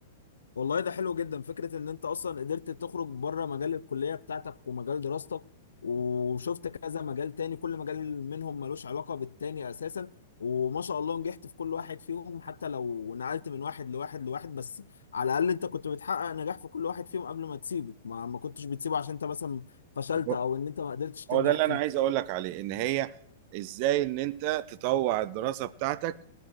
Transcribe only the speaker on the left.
والله ده حلو جدا فكرة ان انت اصلا قدرت تخرج بره مجال الكلية بتاعتك ومجال دراستك وشفت كذا مجال تاني كل مجال منهم ملوش علاقة بالتاني اساسا وما شاء الله نجحت في كل واحد فيهم حتى لو نقلت من واحد لواحد لواحد بس على الاقل انت كنت بتحقق نجاح في كل واحد فيهم قبل ما تسيبه ما ما كنتش بتسيبه عشان انت مثلا فشلت
او ان انت ما قدرتش تنجح
فيه